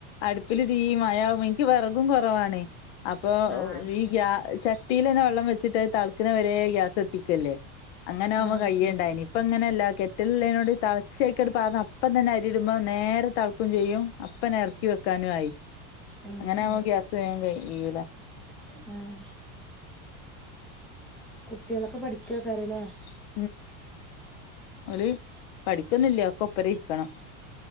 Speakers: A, on the left; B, in the centre.
A: അടുപ്പില് തീ മഴയാവും എനിക്ക് വിറകും കുറവാണ് അപ്പൊ
B: ആഹ്
A: ഈ <unintelligible> <inaudible> വെള്ളം വെച്ചിട്ട തളക് വരെ ഗ്യാസ് എത്തിക്കല്ലേ അങ്ങനെ <unintelligible>
B: ആഹ്
A: കയ്യണ്ടായി
B: ആഹ്
A: ഇപ്പ ഇങ്ങനെയല്ല ഗെറ്റലുള്ളതിനോട് തളച്ചേക്ക പറഞ്ഞ അപ്പ തന്നെ അരിയിടുമ്പോ നേരെ തളക്കും ചെയ്യും അപ്പോ ഇറക്കി വെക്കാനും ആയി
B: ആഹ്
A: അങ്ങനെ ആവുമ്പോ ഗ്യാസ് കഴിയില്ല
B: <unintelligible> കുട്ടികളൊക്കെ പഠിക്കക്കാര അല്ലേ
A: <unintelligible> അവരെ പഠിക്കുന്നില്ല ഒക്കെ ഒപ്പര ഇരിക്കണം